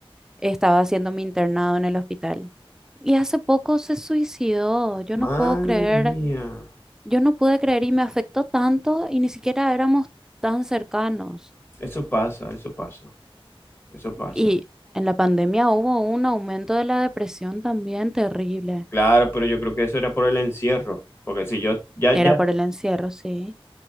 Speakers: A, in the centre; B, on the left.
A: estaba haciendo mi internado en el hospital. Y hace poco se suicidó, yo
B: Madre
A: no puedo creer,
B: mía,
A: yo no pude creer y me afectó tanto y ni siquiera éramos tan cercanos.
B: eso pasa, eso pasa, eso pasa.
A: Y en la pandemia hubo un aumento de la depresión también terrible.
B: Claro, pero yo creo que eso era por el encierro, porque si yo ya
A: Era
B: ya
A: por el encierro, sí.